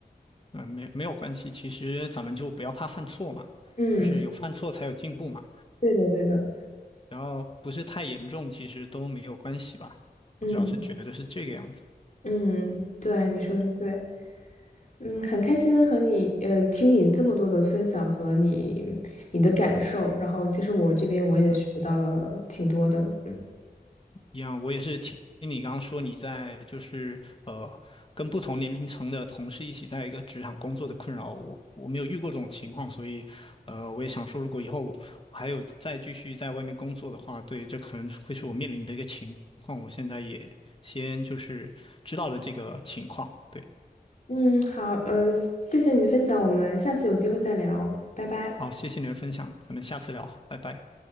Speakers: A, on the left (about 35°); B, on the left (about 50°).
A: 呃，没没有关系，其实咱们就不要怕犯错嘛，
B: 嗯，
A: 就是有犯错才有进步嘛。
B: 对的，对的，
A: 然后不是太严重，其实都没有关系吧。
B: 嗯
A: 我主要是觉得是这个样子。
B: 嗯，对，你说的对。嗯，很开心和你，呃，听你这么多的分享和你你的感受，然后其实我这边我也学到了挺多的，
A: 嗯
B: 嗯
A: 一样，我也是听听你刚刚说你在就是呃跟不同年龄层的同事一起在一个职场工作的困扰，我我没有遇过这种情况，所以呃我也想说，如果以后我还有再继续在外面工作的话，对，这可能会是我面临的一个情况，我现在也先就是知道了这个情况，对，
B: 嗯，好，呃，谢谢你的分享，我们下次有机会再聊，拜拜。
A: 好，谢谢你的分享，咱们下次聊，拜拜。